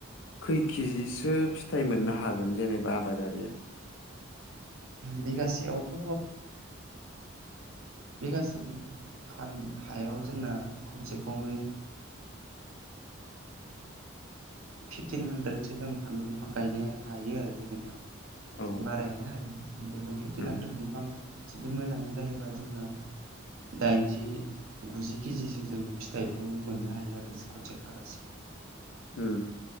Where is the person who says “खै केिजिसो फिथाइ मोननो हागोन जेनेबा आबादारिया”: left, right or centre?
Left